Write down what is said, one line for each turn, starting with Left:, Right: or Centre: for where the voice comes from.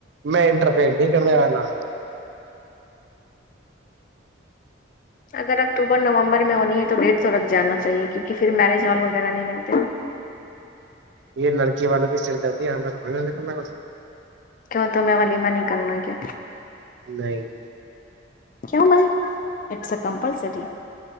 Right: میں انٹرفئر نہیں کمے آئے نا
Left: اگر اکتوبر نومبر میں ہونی ہے تو ڈیھ تو رکھ جانا چاہیے کیونکہ پھر میرج ہال وغیرہ نہیں ملتے
Right: یہن لک والوں کی سر درد ہے تھوڑی کرنا
Left: کیوں تمہیں ولیمہ نہیں کرنا کیا
Right: نہیں
Left: کیوں بائی اٹس ا کمپلسری